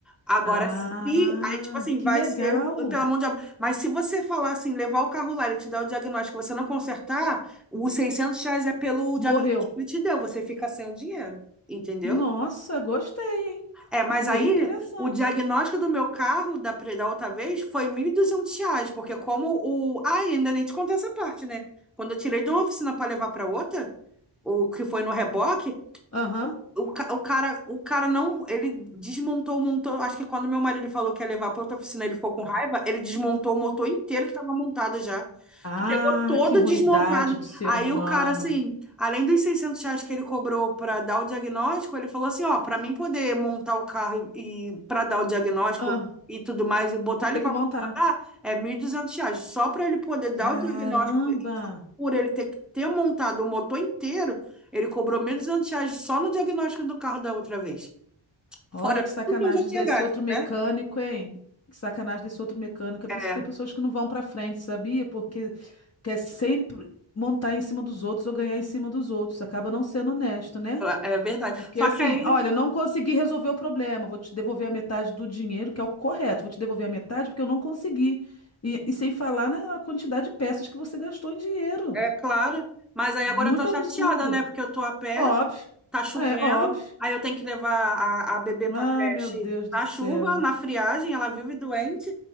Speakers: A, in the centre; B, on the left.
A: Agora,
B: Ah,
A: se, aí, tipo assim,
B: que
A: vai
B: legal.
A: ser pela mão de obra. Mas se você falar assim, levar o carro lá, ele te dá o diagnóstico, você não consertar, os 600 reais é pelo
B: Morreu.
A: diagnóstico que ele te deu, você fica sem o dinheiro, entendeu?
B: Nossa, gostei, hein?
A: É, mas
B: Bem
A: aí
B: interessante.
A: o diagnóstico do meu carro da, pre- da outra vez foi 1.200 reais, porque como o... Ah, ainda nem te contei essa parte, né? Quando eu tirei de uma oficina para levar para outra, o que foi no reboque,
B: Aham.
A: o, ca- o cara, o cara não, ele desmontou o motor, acho que quando meu marido falou que ia levar para outra oficina, ele ficou com raiva, ele desmontou o motor inteiro que estava montado já.
B: Ah,
A: Chegou toda
B: que ruindade
A: desmontada.
B: do ser
A: Aí
B: humano.
A: o cara, assim, além dos 600 reais que ele cobrou para dar o diagnóstico, ele falou assim: ó, para mim poder montar o carro e, e para dar o diagnóstico
B: Ah,
A: e tudo mais, e botar
B: vou
A: ele
B: ter
A: para
B: que montar.
A: funcionar, é 1.200 reais. Só para ele poder dar
B: Caramba!
A: o diagnóstico, por ele ter, ter montado o motor inteiro, ele cobrou 1.200 reais só no diagnóstico do carro da outra vez.
B: Olha
A: Fora
B: que sacanagem
A: tudo que eu já tinha
B: desse
A: gasto,
B: outro mecânico,
A: né?
B: hein? Que sacanagem desse outro mecânico. É
A: É,
B: por isso que tem pessoas que não vão pra frente, sabia? Porque quer sempre montar em cima dos outros ou ganhar em cima dos outros. Acaba não sendo honesto, né?
A: é verdade.
B: Porque
A: Só
B: assim,
A: que aí
B: olha, eu não consegui resolver o problema. Vou te devolver a metade do dinheiro, que é o correto. Vou te devolver a metade porque eu não consegui. E, e sem falar na quantidade de peças que você gastou em dinheiro.
A: É claro, mas aí
B: Muito
A: agora eu tô chateada,
B: absurdo.
A: né? Porque eu tô a pé,
B: Óbvio.
A: tá chovendo,
B: É, óbvio.
A: aí eu tenho que levar a, a bebê pra
B: Ah,
A: creche
B: meu Deus do
A: na
B: céu.
A: chuva, na friagem, ela vive doente.